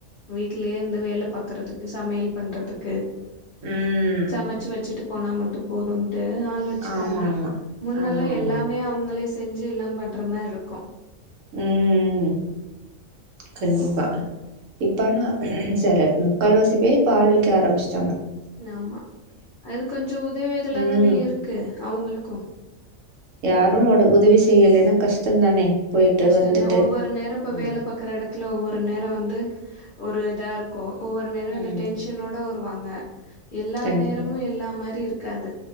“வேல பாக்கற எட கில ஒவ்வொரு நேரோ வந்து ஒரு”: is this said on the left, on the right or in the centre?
Left